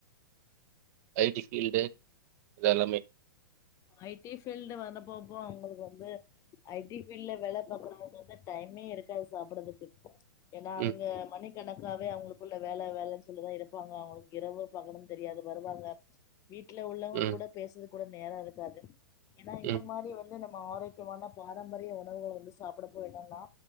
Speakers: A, on the right; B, on the left.
A: ஐ டி ஃபீல்ட்டு இது எல்லாமே
B: ஐ டி ஃபீல்டு வந்துப்போப்போ ஒங்களுக்கு வந்து ஐ டி ஃபீல்ட்ல வேல பாக்குறவங்க வந்து டைமே இருக்காது சாப்டதுக்கு ஏன்னா
A: ம்,
B: அங்க மணி கணக்காவே அவுங்களுக்குள்ள வேல வேலன்னு சொல்லிதா இருப்பாங்க அவுங்களுக்கு இரவு பகலு தெரியாது வருவாங்க வீட்ல உள்ளவங்க
A: ம்,
B: கூட பேசுது கூட நேரோ இருக்காது ஏன்னா இந்த
A: ம்,
B: மாரி வந்து நம்ம ஆரோக்கியமான பாரம்பரிய உணவுகள் வந்து சாப்ட போனம்ன்னா